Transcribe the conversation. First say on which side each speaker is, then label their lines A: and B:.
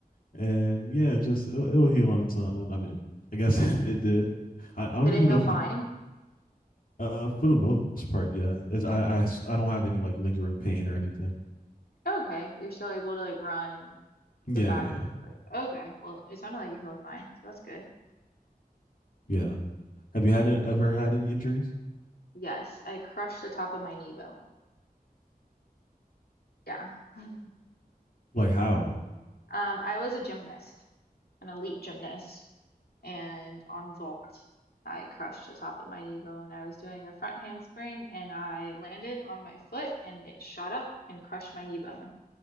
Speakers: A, on the left; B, on the left.
A: and yeah, just it'll, it'll heal on its own. I mean, I guess <laughs> it did. I, I don't
B: Did
A: even
B: it heal
A: know if
B: fine?
A: he Uh, for the most part, yeah. As I, I, I I, s- I don't have any like lingering pain or anything.
B: Okay, you're still able to like run
A: Yeah,
B: get back
A: yeah, yeah,
B: into like okay well it sounded like you healed fine so that's good
A: yeah. Have you had it, ever had any injuries?
B: yes i crushed the top of my knee bone yeah <laughs> um
A: Like how?
B: i was a gymnast an elite gymnast and on vault i crushed the top of my knee bone i was doing a front handspring and i landed on my foot and it shot up and crushed my knee bone